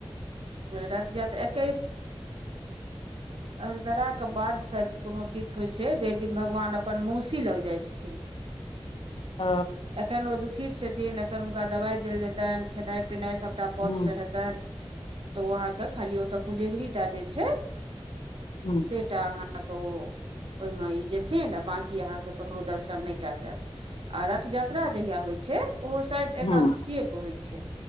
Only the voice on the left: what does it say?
ह
ह
ह
ह